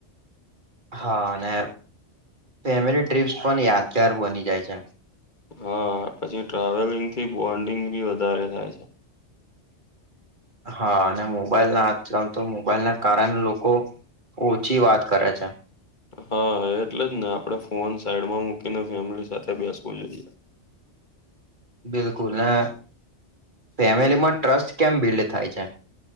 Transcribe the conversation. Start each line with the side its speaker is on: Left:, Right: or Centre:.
Right: હા અને ફેમિલી ટ્રીપ્સ પન યાદગાર બની જાય છે.
Left: હા પછી ટ્રાવેલિંગ થી બોન્ડિંગ બી વધારે થાય છે.
Right: હા અને મોબાઈલ ના આજકાલ તો મોબાઈલના કારન લોકો ઓછી વાત કરે છે.
Left: હા એટલે જ ને આપડે ફોન સાઈડમાં મૂકીને ફેમિલી સાથે બેસવું જોઈએ.
Right: બિલકુલ ને ફેમિલીમાં ટ્રસ્ટ કેમ બિલ્ડ થાય છે?